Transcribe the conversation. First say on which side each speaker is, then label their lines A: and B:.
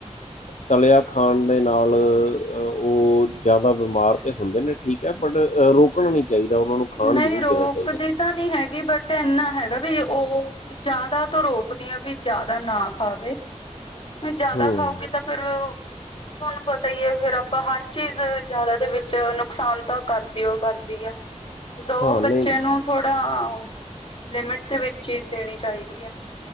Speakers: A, on the left; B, on the left.
A: ਤਲਿਆ ਖਾਣ ਦੇ ਨਾਲ ਉਹ ਜ਼ਿਆਦਾ ਬਿਮਾਰ ਤਾਂ ਹੁੰਦੇ ਨੇ- ਠੀਕ ਹੈ ਬਟ ਰੋਕਣਾ ਨਹੀਂ ਚਾਹੀਦਾ ਉਹਨਾਂ ਨੂੰ। ਖਾਣ
B: ਨਹੀਂ
A: ਜ਼ਰੂਰ
B: ਰੋਕਦੀ
A: ਦੇਣਾ ਚਾਹੀਦਾ
B: ਤਾਂ ਨਹੀ ਹੈਗੀ ਬਟ ਇੰਨਾ ਹੈਗਾ- ਵੀ ਉਹ ਜ਼ਿਆਦਾ ਤੋਂ ਰੋਕਦੀਆਂ ਵੀ ਜ਼ਿਆਦਾ ਨਾ ਖਾਵੇ। ਜਿਆਦਾ
A: ਹਮ
B: ਖਾਊਗੀ ਤਾਂ ਫੇਰ ਉਹ, ਤੁਹਾਨੂੰ ਪਤਾ ਹੀ ਹੈ ਫੇਰ ਆਪਾਂ ਹਰ ਚੀਜ਼ ਜ਼ਿਆਦਾ ਦੇ ਵਿੱਚ ਨੁਕਸਾਨ ਤਾਂ ਕਰਦੀਓ ਕਰਦੀ ਆ। ਦਾਓ
A: ਹਾਂ
B: ਬੱਚੇ
A: ਨਹੀਂ
B: ਨੂੰ ਥੋੜਾ ਓ ਲਿਮਿਟ ਦੇ ਵਿੱਚ ਹੀ ਦੇਣੀ ਚਾਹੀਦੀ ਆ।